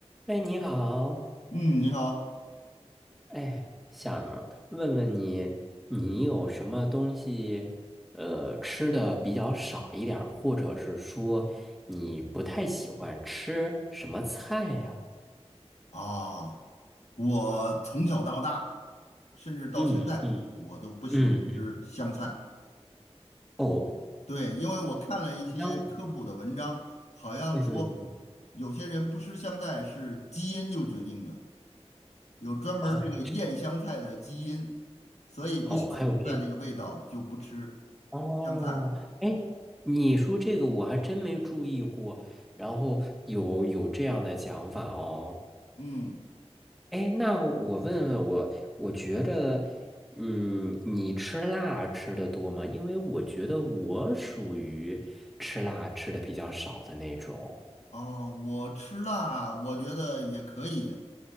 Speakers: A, in the centre; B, on the left.
A: 哎，你好，
B: 嗯，你好
A: 哎，想问问你，你有什么东西，呃，吃的比较少一点儿，或者是说你不太喜欢吃什么菜呀？
B: 啊！我从小到大，甚至到现在，
A: 嗯嗯
B: 我都不喜欢吃香菜。
A: 嗯嗯，哦，
B: 对，因为我看了一些科普的文章，
A: 香的，
B: 好像说
A: 对对对，
B: 有些人不吃香菜是基因就决定的，有专门儿这个厌香菜的基因，
A: 哦
B: 所以不喜欢香菜那个味道就不吃
A: 哦，还有这，哦，
B: 香菜。
A: 哎，你说这个我还真没注意过，然后有有这样的讲法哦。
B: 嗯，
A: 哎，那我问问我，我觉得，嗯，你吃辣吃的多吗？因为我觉得我属于吃辣吃的比较少的那种。
B: 啊，我吃辣，我觉得也可以。